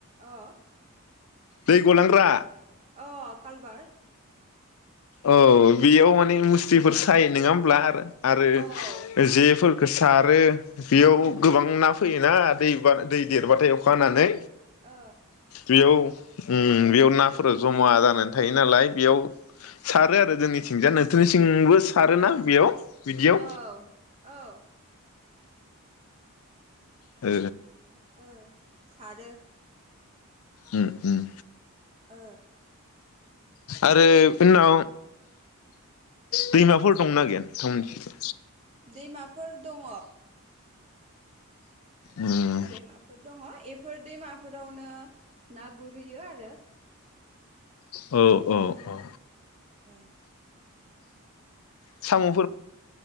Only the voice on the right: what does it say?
अ
अ कालबार।
औ ओ
ओ
औ औ
ओ सारो
ओ
दैमाफोर दङ
दैमाफोर दङ एब फोर दैमाफोरावनो ना गुरहैयो आरो।
औ।